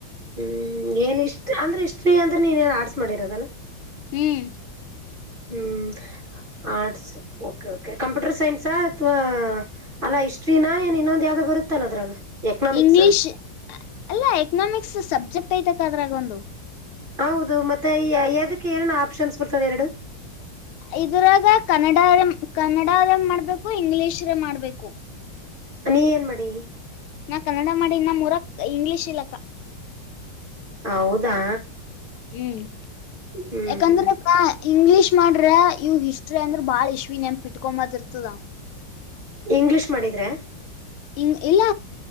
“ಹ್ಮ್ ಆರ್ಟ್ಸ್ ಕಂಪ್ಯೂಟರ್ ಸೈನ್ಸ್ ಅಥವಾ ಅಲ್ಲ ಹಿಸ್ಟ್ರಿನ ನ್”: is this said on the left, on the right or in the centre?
Right